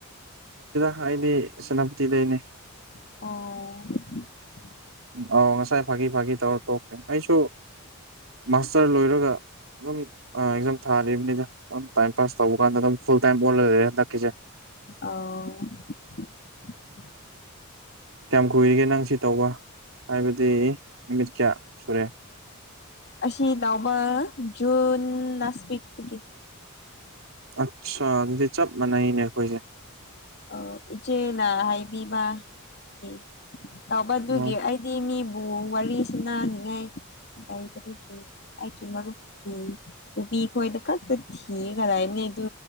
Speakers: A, on the right (about 65°); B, on the left (about 50°).
A: ꯍꯥꯏꯗꯤ ꯁꯦꯅꯥꯄꯇꯤꯗꯅꯦ
B: ꯑꯣ
A: ꯑ ꯉꯁꯥꯏ ꯐꯥꯒꯤ ꯐꯥꯒꯤ ꯇꯧꯔ ꯇꯣꯛꯇ꯭ꯦ ꯑꯩꯁꯨ ꯃꯥꯁꯇꯔ ꯂꯣꯏꯔꯒ ꯑꯗꯨꯝ ꯑꯦꯛꯖꯥꯝ ꯊꯥꯔꯤꯕꯅꯤꯅ ꯑꯗꯨꯝ ꯇꯥꯏꯝ ꯄꯥꯁ ꯇꯧꯕ ꯀꯥꯟꯗ ꯑꯗꯨꯝ ꯐꯨꯜ ꯇꯥꯏꯝ ꯑꯣꯜꯂꯒ ꯂꯩꯔꯦ ꯍꯟꯗꯛꯀꯤꯁꯦ
B: ꯑꯥ
A: ꯀꯌꯥꯝ ꯀꯨꯏꯔꯤꯒꯦ ꯅꯪ ꯁꯤ ꯇꯧꯕ ꯍꯥꯏꯕꯗꯤ ꯅꯨꯃꯤꯠ ꯀꯌꯥ ꯁꯨꯔꯦ
B: ꯑꯁꯤꯁꯤ ꯥꯎꯃ ꯟ ꯂꯥꯁꯤꯛꯒꯤ
A: ꯑꯠꯆꯥ ꯑꯗꯨꯗꯤ ꯆꯞ ꯃꯥꯟꯅꯩꯅꯦ ꯑꯩꯈꯣꯏꯁꯦ
B: ꯑ ꯏꯆꯦꯅ ꯍꯥꯏꯕꯤꯕ ꯀ ꯇꯧꯕꯗꯨꯒꯤ
A: ꯑꯣ
B: ꯑꯩꯗꯤ ꯃꯤꯕꯨ ꯋꯥꯔꯤ ꯁꯅꯅꯤꯡꯉꯥꯏ ꯇꯩꯗꯕꯒꯤ ꯑꯩꯒꯤ ꯃꯔꯨꯞꯀꯤ ꯅꯨꯄꯤ ꯈꯣꯏꯗ ꯀꯛꯇ ꯊꯤꯒꯅꯤ ꯑꯗꯨ